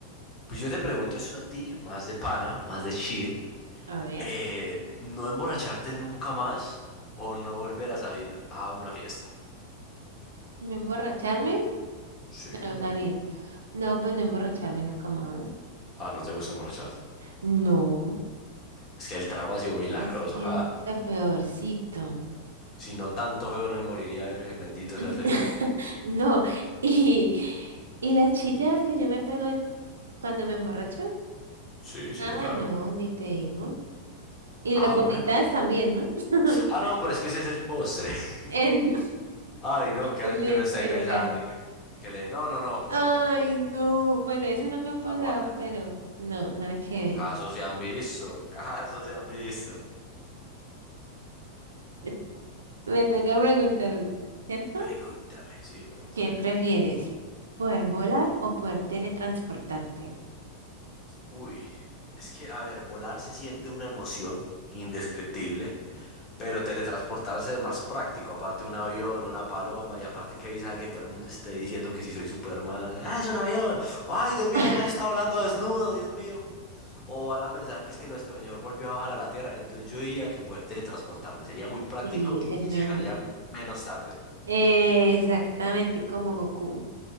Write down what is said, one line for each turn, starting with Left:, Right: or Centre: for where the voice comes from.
Left: pues yo te pregunto eso a ti, más de pana, más de chill.
Right: A ver,
Left: Eh, ¿no emborracharte nunca más o no volver a salir a una fiesta?
Right: ¿no emborracharme?
Left: Sí,
Right: Bueno,
Left: no,
Right: salir. No, pues no emborracharme nunca más.
Left: Ah, no te gusta emborracharse.
Right: No,
Left: Es que el trago ha sido milagroso,
Right: es que
Left: ja.
Right: es lo peorcito.
Left: Si no tanto feo no me moriría, Virgen, bendito
Right: <laughs>
Left: sea el Señor.
Right: No, y, y las chillas que yo me pego cuando me emborracho.
Left: Sí, sí,
Right: Ah,
Left: sí, claro.
Right: no, ni te digo. Y
Left: Ah,
Right: las vomitadas
Left: bueno.
Right: también, ¿no? <laughs>
Left: Ah, no, pero es que ese es el postre. <laughs>
Right: En-
Left: Ay, no, qué
Right: Literal.
Left: asco que no estáis besando y que, y que le... No, no, no,
Right: Ay,
Left: no, no, no, más bien.
Right: no. Bueno, eso no me ha pasado,
Left: Aguacate.
Right: pero no, nada que
Left: Casos se han visto, <laughs> casos se han visto.
Right: ver. Me toca preguntar, ¿cierto?
Left: Pregúntame, sí, pregúntame.
Right: ¿Qué prefieres? ¿Poder volar o poder teletransportarte?
Left: Uy, es que, a ver, volar se siente una emoción indescriptible Pero teletransportarse es más práctico, aparte un avión, una paloma, y aparte que sabe que todo el mundo esté diciendo que si soy Superman, ah, es un avión, ay, Dios mío,
Right: <laughs>
Left: el man está volando desnudo, Dios mío. O van a pensar que es que nuestro señor volvió a bajar a la Tierra, entonces yo diría que poder teletransportarme sería muy práctico
Right: Sí, es
Left: y
Right: mejor.
Left: llegaría menos tarde.
Right: Eh, exactamente como Goku.